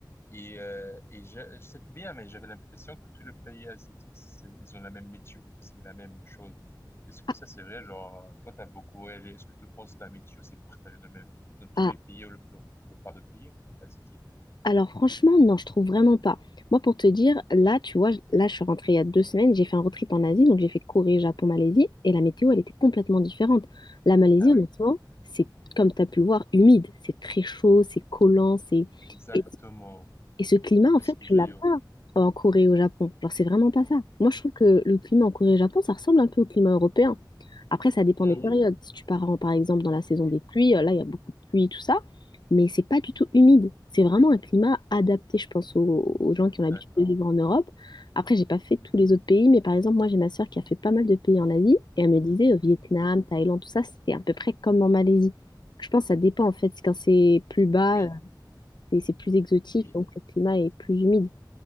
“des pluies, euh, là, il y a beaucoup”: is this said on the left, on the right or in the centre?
Left